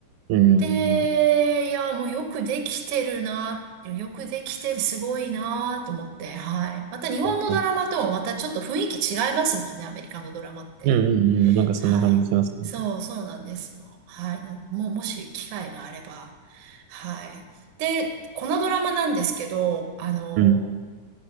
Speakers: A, on the right (about 80°); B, on the right (about 65°).
A: うん。
B: で、いや、もうよくできてるな、よくできてる、すごいなって思って、はい。また日本のドラマとはまたちょっと雰囲気違いますもんね、
A: はいはい
B: アメリカのドラマって。
A: うんうんうん。なんかそんな感じしますね。
B: はい。そう、そうなんですよ。はい。なもう、もし機会があれば。はい。で、このドラマなんですけど、あの、
A: うん。